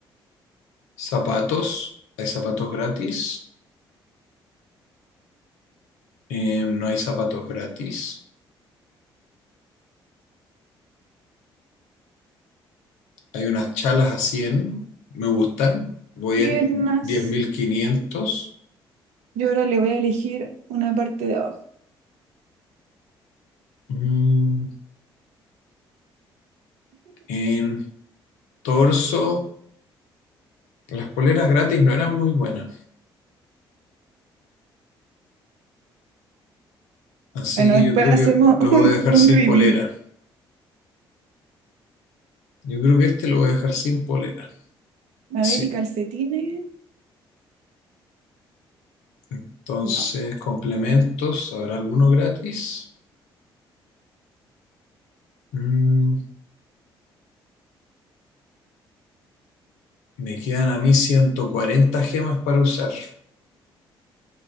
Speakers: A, on the left; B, on the right.
A: Zapatos. Hay zapatos gratis. Eh, no hay zapatos gratis. Hay unas chalas a 100, me gustan. Voy
B: piernas.
A: en 10.500.
B: Yo ahora le voy a elegir una parte de abajo.
A: Mm, en torso, las poleras gratis no eran muy buenas. Así
B: Bueno,
A: que
B: después
A: yo creo
B: hacemos
A: que lo
B: <laughs> un,
A: voy a dejar
B: un
A: sin
B: reveal.
A: polera. Yo creo que este lo voy a dejar sin polera.
B: A
A: Sí.
B: ver, y calcetines.
A: Entonces,
B: No.
A: complementos, ¿habrá alguno gratis? Mm, me quedan a mí 140 gemas para usar.